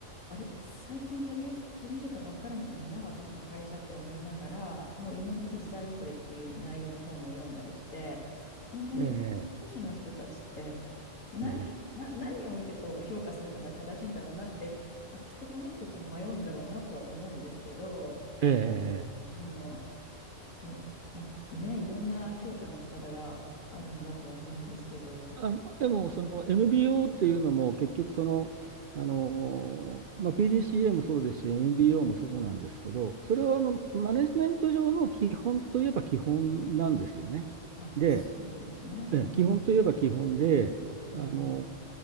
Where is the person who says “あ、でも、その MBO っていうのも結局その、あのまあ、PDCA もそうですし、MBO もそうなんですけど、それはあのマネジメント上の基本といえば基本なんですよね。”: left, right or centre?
Right